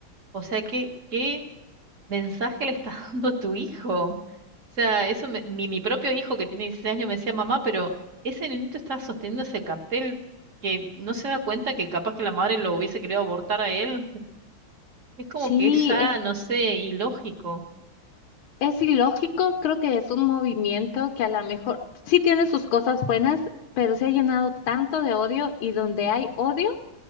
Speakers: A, on the right; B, on the left.
A: O sea, que, qué mensaje le está <laughs> dando tu hijo. O sea, eso me- mi, mi propio hijo que tiene 16 años me decía, mamá, pero ese nenito está sosteniendo ese cartel que no se da cuenta que capaz que la madre lo hubiese querido abortar a él. Es como
B: Sí,
A: que es ya,
B: es,
A: no sé, ilógico.
B: es ilógico. Creo que es un movimiento que a lo mejor sí tiene sus cosas buenas, pero se ha llenado tanto de odio y donde hay odio.